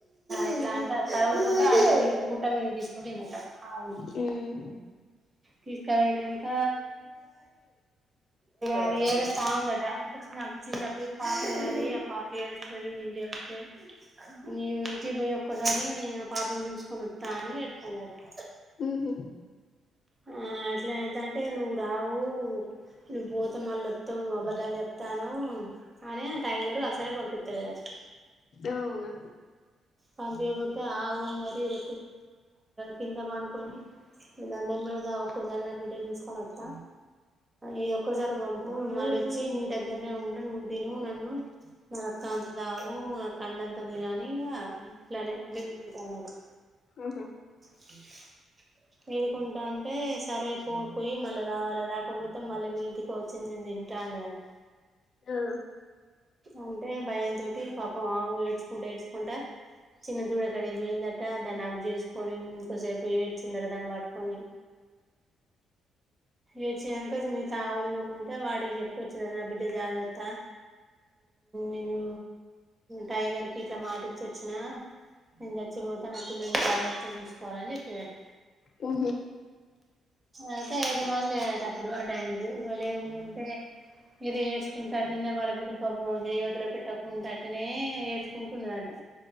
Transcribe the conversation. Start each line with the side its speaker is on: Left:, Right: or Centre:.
Right: ఇట్లా అంటే తరూము కుంట గుట్ట మీద తీసుకోపోయిందట అవును
Left: మ్మ్
Right: తీసుకుపోయినంక ఆది ఏడుస్త ఉందట చిన్న పేరు పాప ఉండది పాప ఎడుస్తాధి <unintelligible> నను ఇంటికి పోయి ఒక్కసారి పాపని చూసుకొని వస్తా అని ఏడుస్తందట
Left: ఉహు
Right: ఆ అట్లాదంటే నువ్వు రావు నువ్వు పోతే మళ్ వత్తవ్ నువ్వు అబద్ధాలు చెప్తాన్నవ్ అనే టైగరు అసలే పంపితలేద
Left: అవునా
Right: పంపించపోతే ఆవు మరి ర కింద పండుకొని నిక దండం పేడదా ఒక్కసారి నా బిడ్డ చూసుకొని వత్త ఇ ఒక్కసారి బ మళ్ళ వచ్చి నీ దగ్గరనే ఉండ నువ్వు తిను నన్ను నా రక్తంత దావు నా కండంత తినని ఇలానేంటా అన్నమాట
Left: ఉమ్మ్
Right: క ఎడుకుంటా అంటే సరే పోపోయి మళ్ళీ రావాలి రాకపోతే మళ్ళీ మీ ఇంటికి వచ్చి నిన్ను తింటా అన్నదట
Left: ఆ
Right: అంటే భయంతోటి పాపం ఆవు ఏడ్చుకుంటూ ఏడ్చుకుంటా చిన్న దూడ కడిగిపోయిందట దాన్ని హాగ్ చేసుకొని ఇంకోసేపు వచ్చి దాన్ని పట్టుకొని ఏడ్యాంకల్స్ మీ తావులు కూడా ఉంటే వాడు చెప్పు వచ్చ నా బిడ్డ జాగ్రత్త నేను టైగర్ కి ఇట్లా మాటిచ్చి వచ్చినా నేను చచ్చిపోతే నా పిల్లని జాగ్రత్త చూసుకోవాలని చెప్పిందట
Left: హమ్ హు
Right: అయితే ఏది మళ్ళీ లేలట అప్పుడు ఆ టైం కు ఇ లేకుంటే ఏద ఏడ్చుకుంటటునే వాళ్ళ బిడ్డ పాపంయోతిలో పెట్టకుడాటునే ఏడ్చుకుంటున్నదట